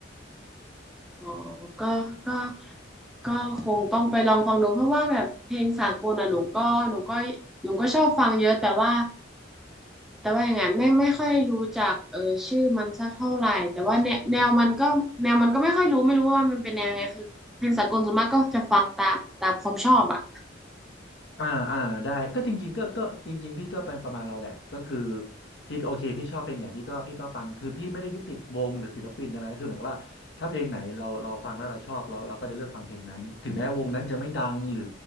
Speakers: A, in the centre; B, on the left.
A: อ๋อก็ก็ก็คงต้องไปลองฟังดูเพราะว่าแบบเพลงสากลอ่ะหนูก็หนูก็หนูก็ชอบฟังเยอะแต่ว่า แต่ว่ายังไงไม่ไม่ค่อยรู้จักเออชื่อมันสักเท่าไหร่แต่ว่าแนวแนวมันก็แนวมันก็ไม่ค่อยรู้ไม่รู้ว่ามันเป็นแนวไงคือเพลงสากลส่วนมากก็จะฟังตามตามความชอบอ่ะ
B: อ่าอ่าได้ก็จริงๆก็ก็จริงๆพี่ก็เป็นประมาณเราแหละก็คือพี่ก็โอเคพี่ชอบเพลงไหนพี่ก็พี่ก็ฟังคือพี่ไม่ได้ยึดติดวงหรือศิลปินอะไรนะคือเหมือนกับว่าถ้าเพลงไหนเราเราฟังแล้วเราชอบเราเราก็จะเลือกฟังเพลงนั้นถึงแม้วงนั้นจะไม่ดังหรือ